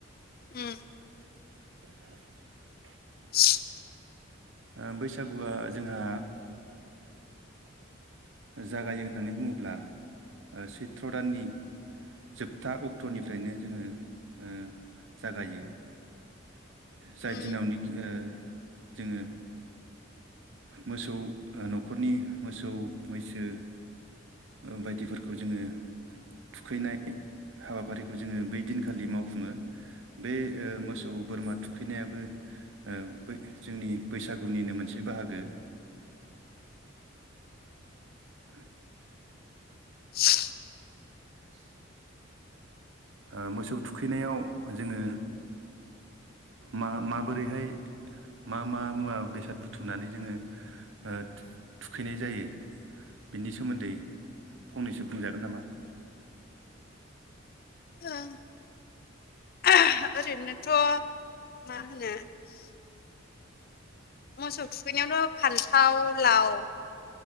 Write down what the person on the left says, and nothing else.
ओम
<inaudible>
ओम
<inaudible>
ओ <unintelligible> ओरैनोथ' मा होनो मोसौ थुखैनायावथ' फान्थाव लाव